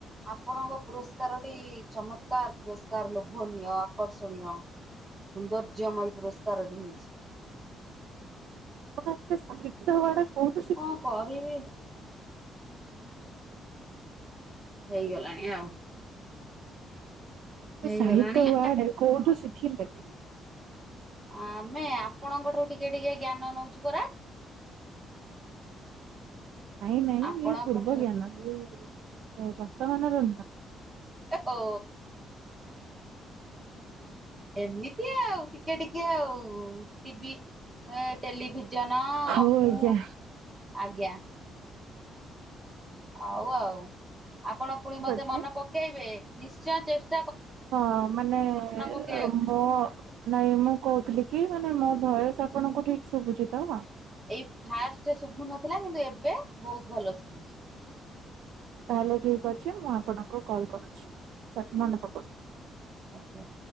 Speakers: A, on the right; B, on the right.
A: ଆପଣଙ୍କ ପୁରସ୍କାରଟି ଚମତ୍କାର ପୁରସ୍କାର ଲୋଭନୀୟ ଆକର୍ଷଣୀୟ। ସୌନ୍ଦର୍ଯ୍ୟମୟ ପୁରସ୍କାରଟି ହୋଇଛି।
B: ଆପଣ ଏ ସାହିତ୍ୟ ବାଡା କଉଠି?
A: କଁ କରିବି? ହେଇଗଲାଣି ଆଉ ହେଇଗଲାଣି।
B: ସାହିତ୍ୟ ୱାର୍ଡ କୋଉଠୁ ଶିଖିଲେ?
A: ଆମେ ଆପଣଙ୍କ ଠାରୁ ଟିକେ ଟିକେ ଜ୍ଞାନ ନଉଛୁ ପରା।
B: ନାଇଁ ନାଇଁ
A: ଆପଣଙ୍କଠାରୁ
B: ଇଏ ପୂର୍ବଜ୍ଞାନ ଇଏ ବର୍ତମାନର ନୁଁ।
A: ହୋ ଏମିତି ଆଉ ଟିକେ ଟିକେ ଆଉ ଟିଭି। ଏ ଟେଲିଭିଜନ
B: ହଉ ଆଜ୍ଞା
A: ଫୁ ଆଜ୍ଞା। ହଉ ଆଉ ଆପଣ ପୁଣି
B: ଠିକ
A: ମତେ
B: ଅଛି
A: ମନ ପକେଇବେ ନିଶ୍ଚୟ ଚେଷ୍ଟ
B: ହଁ ମାନେ
A: ପକେଇବାକୁ
B: ମୋ ନାଇଁ ମୁଁ କହୁଥିଲି କି ମାନେ ମୋ ଭଏସ ଆପଣଙ୍କୁ ଠିକ ଶୁଭୁଛି ତ।
A: ଏଇ ଫାଷ୍ଟ ଶୁଭୁନଥିଲା କିନ୍ତୁ ଏବେ ବହୁତ ଭଲ ଶୁଭୁଛି।
B: ତାହେଲେ ଠିକ ଅଛି ମୁଁ ଆପଣଙ୍କୁ କଲ୍ କରୁଛି ସରି ମନେ ପକଉଛି।
A: ଆଜ୍ଞା